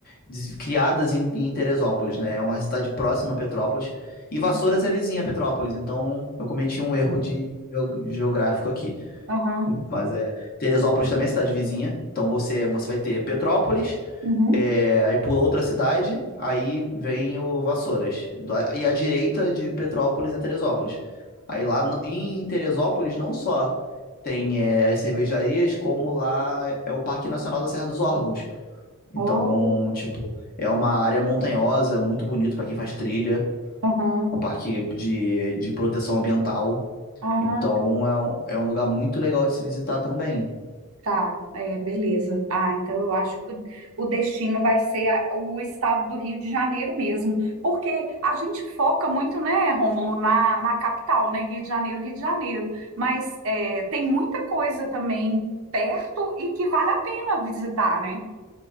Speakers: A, on the left; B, on the right.
A: des- criadas em, em Teresópolis, né? É uma cidade próxima a Petrópolis. E
B: Aham,
A: Vassouras é vizinha a Petrópolis, então eu cometi um erro de geo- geográfico aqui.
B: aham.
A: Mas é. Teresópolis também é cidade vizinha. Então você, você vai ter Petrópolis,
B: uhum.
A: é, aí pula outra cidade, aí vem o Vassouras. Do- E à direita de Petrópolis é Teresópolis. Aí lá no- em Teresópolis não só tem é, as cervejarias, como lá é o Parque Nacional da Serra dos Órgãos. Então,
B: Oh,
A: tipo, é uma área montanhosa, muito bonito pra quem faz trilha
B: aham.
A: um parque de, de proteção ambiental.
B: Ah,
A: Então
B: que-
A: é um, é um lugar muito legal de se visitar também.
B: tá. É, beleza. Ah, então eu acho que o o destino vai ser a- o estado do Rio de Janeiro mesmo. Porque a gente foca muito, né, Rômulo, na, na capital, né? Rio de Janeiro, Rio de Janeiro. Mas é, tem muita coisa também perto e que vale a pena visitar, né?